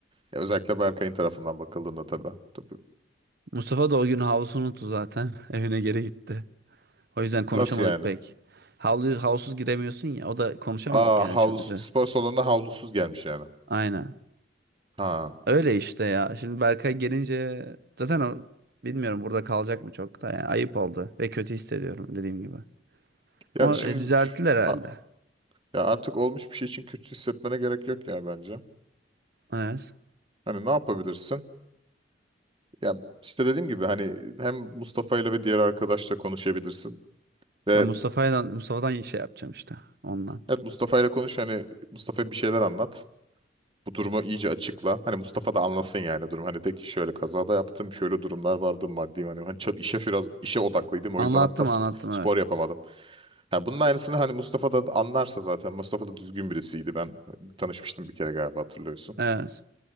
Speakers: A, on the right; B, on the right.
A: Ya özellikle Berkay'ın tarafından bakıldığında tabii. Tabii.
B: Mustafa da o gün havlusunu unuttu zaten. <laughs> Evine geri gitti. O yüzden konuşamadık
A: Nasıl yani?
B: pek. Havlu, havlusuz giremiyorsun ya. O da konuşamadık
A: Aa
B: yani
A: havlu,
B: çok güzel.
A: spor salonuna havlusuz gelmiş yani.
B: Aynen.
A: Ha.
B: Öyle işte ya. Şimdi Berkay gelince zaten o bilmiyorum burada kalacak mı çok da yani ayıp oldu ve kötü hissediyorum dediğim gibi.
A: Ya
B: Ama
A: şimdi
B: e, düzelttiler
A: şu-
B: herhalde.
A: a- ya artık olmuş bir şey için kötü hissetmene gerek yok ya bence.
B: Evet.
A: Hani ne yapabilirsin? Ya işte dediğim gibi hani hem Mustafa ile ve diğer arkadaşla konuşabilirsin. Ve
B: Ben Mustafa'dan Mustafa'dan şey yapacağım işte ondan.
A: evet Mustafa ile konuş hani Mustafa'ya bir şeyler anlat. Bu durumu iyice açıkla. Hani Mustafa da anlasın yani durum. Hani de ki şöyle kazada yaptım, şöyle durumlar vardı maddi. Hani, hani çal- işe biraz işe odaklıydım. O
B: Anlattım
A: yüzden hatta sp-
B: anlattım
A: spor
B: evet.
A: yapamadım. Ha, bunun aynısını hani Mustafa da anlarsa zaten. Mustafa da düzgün birisiydi. Ben tanışmıştım bir kere galiba hatırlıyorsun.
B: Evet.